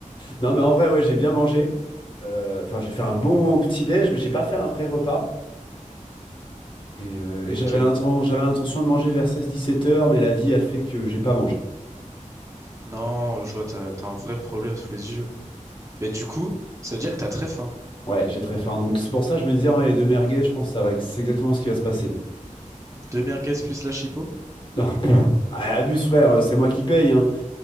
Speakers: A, on the left (about 40°); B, on the right (about 25°).
A: Non, mais en vrai, ouais, j'ai bien mangé. Euh, Enfin, j'ai fait un bon petit déj, mais j'ai pas fait un vrai repas. Et, euh, et j'avais
B: Ok.
A: l'inten- j'avais l'intention de manger vers 16-17 heures, mais la vie a fait que j'ai pas mangé.
B: Non, je vois, t'as, t'as un vrai problème sous les yeux. Mais du coup, ça veut dire que t'as très faim.
A: Ouais, j'ai très faim. Donc c'est pour ça que je me disais, ouais, les deux merguez, je pense que ça va, c'est exactement ce qui va se passer.
B: Deux merguez plus la chipot?
A: Non, <laughs> pff, ah, abuse frère, c'est moi qui paye, hein.